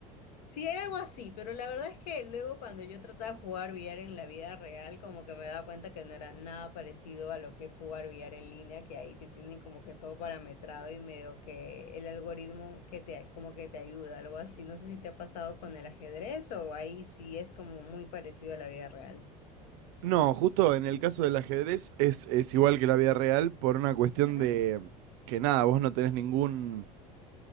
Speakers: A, on the left (about 80°); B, on the right (about 65°).
A: Sí, hay algo así, pero la verdad es que luego cuando yo trataba de jugar billar en la vida real, como que me daba cuenta que no era nada parecido a lo que es jugar billar en línea, que ahí te tienen como que todo parametrado y medio que el algoritmo que te como que te ayuda, algo así. No sé si te ha pasado con el ajedrez o ahí sí es como muy parecido a la vida real.
B: No, justo en el caso del ajedrez es, es igual que la vida real por una cuestión
A: Ajá,
B: de que nada, vos no tenés ningún